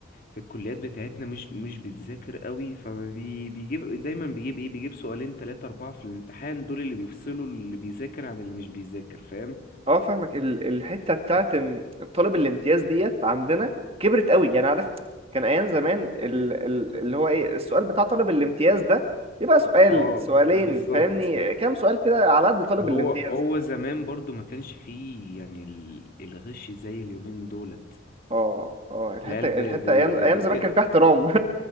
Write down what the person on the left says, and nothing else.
في الكليات بتاعتنا مش مش بتذاكر قوي فبيجيب دايما بيجيب ايه بيجيب سؤالين تلاتة اربعة في الامتحان دول اللي بيفصلوا اللي بيذاكر عن اللي مش بيذاكر فاهم
اه
بالظبط
هو
هو زمان برضو ما كانش فيه يعني ال- الغش زي اليومين دولت
العيال ب...
ب...
بت...